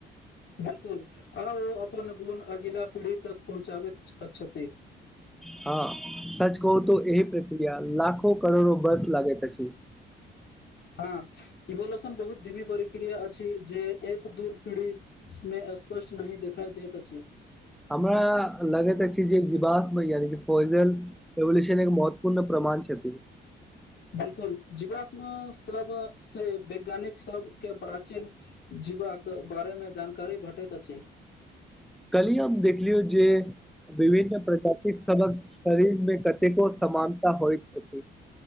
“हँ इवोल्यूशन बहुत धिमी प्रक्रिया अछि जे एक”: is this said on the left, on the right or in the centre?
Left